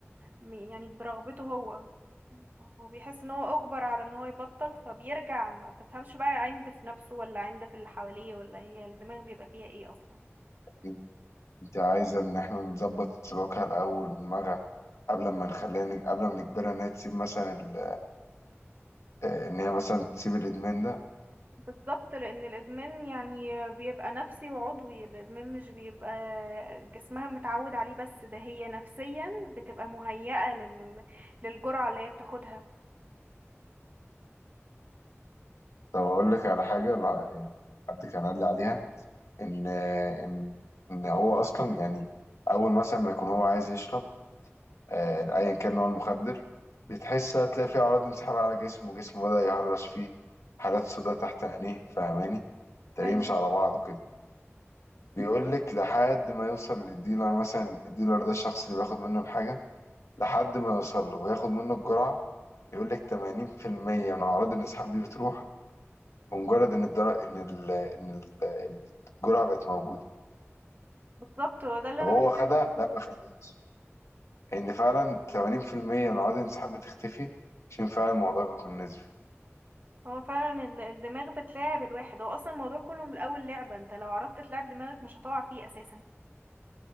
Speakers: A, on the right; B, on the left.
A: من- يعني برغبته هو هو بيحس ان هو اجبر على ان هو يبطل فبيرجع ما تفهمش بقى عند في نفسه ولا عند في اللي حواليه ولا هي الدماغ بيبقى فيها ايه اصلا
B: يعني انت عايزه ان احنا نظبط سلوكها الاول ودماغها قبل ما نخليها نج... قبل ما نجبرها ان هي تسيب مثلا ال... آه، ان هي مثلا تسيب الادمان ده
A: بالظبط لان الادمان يعني بيبقى نفسي وعضوي الادمان مش بيبقى جسمها متعود عليه بس ده هي نفسيا بتبقى مهيئة لل... للجرعة اللي هي بتاخدها
B: طب اقول لك على حاجه لا يعني حد كان قال لي عليها ان آه، ان ان هو اصلا يعني اول مثلا ما يكون هو عايز يشرب آه، ايا كان نوع المخدر بتحس بقى تلاقي فيه اعراض انسحاب على جسمه جسمه بدأ يهرش فيه حالات سوداء تحت عينيه فاهماني تلاقيه
A: ايوه
B: مش على بعضه كده بيقول لك لحد ما يوصل للديلر مثلا الديلر ده الشخص اللي بياخد منه الحاجة لحد ما يوصل له وياخد منه الجرعة يقول لك 80% من اعراض الانسحاب دي بتروح بمجرد ان الدرق ان ال ان ال- الجرعة بقت موجودة
A: بالظبط هو ده اللي
B: طب
A: انا
B: هو
A: بتكلم
B: خدها
A: فيه
B: لا ما خدهاش ان فعلا 80% من اعراض الانسحاب بتختفي عشان فعلا الموضوع بيكون نسبي
A: هو فعلا ال- الدماغ بتلاعب الواحد هو اصلا الموضوع كله من الاول لعبة انت لو عرفت تلعب دماغك مش هتقع فيه اساسا